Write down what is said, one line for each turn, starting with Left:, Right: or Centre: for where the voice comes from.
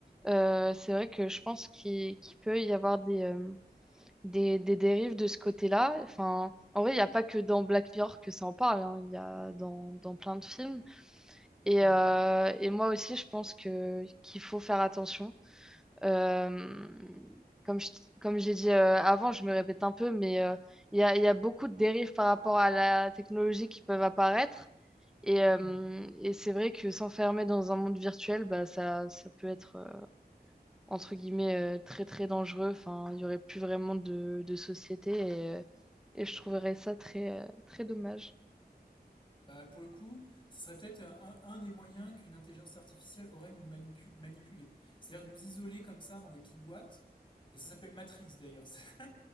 Centre: Euh, c'est vrai que je pense qu'il qu'il peut y avoir des, euh, des, des dérives de ce côté-là. Enfin, en vrai, il n'y a pas que dans Black Mirror que ça en parle, hein. Il y a dans, dans plein de films.
Left: Hmm,
Centre: Et, euh, et moi aussi, je pense que qu'il faut faire attention. Euh, comme je- comme j'ai dit euh, avant, je me répète un peu, mais euh, il y a, il y a beaucoup de dérives par rapport à la technologie qui peuvent apparaître. Et, euh,
Left: hmm.
Centre: et c'est vrai que s'enfermer dans un monde virtuel, bah, ça, ça peut être, euh, entre guillemets, euh, très très dangereux. Enfin, il n'y aurait plus vraiment de, de société et, euh, et je trouverais ça très, euh, très dommage.
Left: Bah, pour le coup, ce serait peut-être un, un des moyens qu'une intelligence artificielle aurait de nous manipu- manipuler. C'est-à-dire nous isoler comme ça dans des petites boîtes. Et ça s'appelle Matrix d'ailleurs. <laughs>